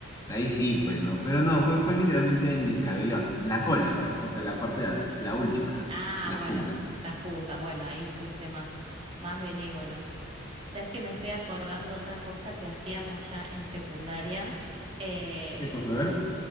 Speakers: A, on the left; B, on the right.
A: Ahí sí, pues, ¿no? Pero no, fue, fue literalmente en el cabello, a- la cola, pues, ¿no? O sea, la parte, de a- la última, la-
B: ah,
A: las
B: bueno,
A: puntas.
B: las puntas, bueno, ahí estuviste más, más benévolo. ¿Sabes que me estoy acordando otra cosa que hacíamos ya en secundaria? Eh,
A: ¿Qué cosa? A ver.